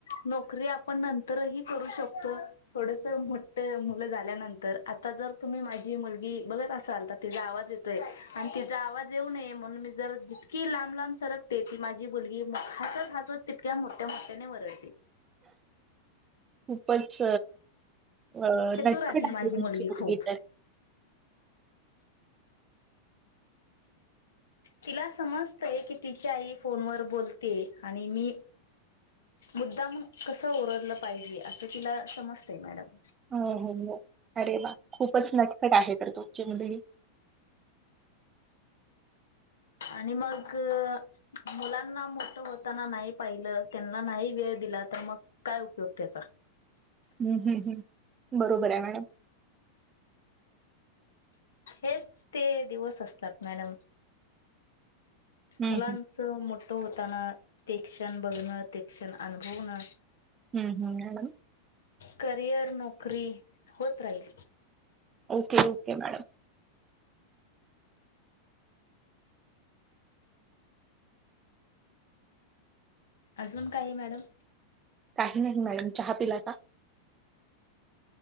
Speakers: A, on the left (about 65°); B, on the right (about 25°).
A: नक नोकरी आपण नंतरही करू शकतो थोडस मोठ मुलं झाल्यानंतर आता जर तुम्ही माझी मुलगी बघत असाल तर तिचा आवाज येतोय आणि तिचा आवाज येऊ नये म्हणून मी जर जितकी लांब लांब सरक ते ती माझी मुलगी हसत हसत तितक्या मोठ्या मोठ्याने वरडते.
B: पचच. अ
A: चतुर
B: नक्की
A: आहे
B: <inaudible>
A: माझी
B: तुमची मुलगी
A: खूप
B: इथ आहे
A: तिला समजतय की तिच्या आई फोनवर बोलते, आणि मी मुद्दाम कसं ओरडलं पाहिजे असं तिला समजतय मॅडम.
B: हो, हो, हो अरे वा. खूपच नटखट आहे तर तुमची मुलगी.
A: आणि मग मुलांना मोठं होताना नाही पाहिलं त्यांना नाही वेळ दिला तर मग काय उपयोग त्याचा?
B: हम्म हम्म हम्म बरोबर आहे मॅडम.
A: हेच ते दिवस असतात मॅडम
B: हम्म
A: मुलांचं
B: हम्म.
A: मोठं होताना ते क्षण बघणं ते क्षण अनुभवनं
B: हम्म हम्म मॅडम.
A: करिअर नोकरी होत राहील.
B: Okay okay madam.
A: अजून काय मॅडम?
B: काही नाही मॅडम चहा पिला का?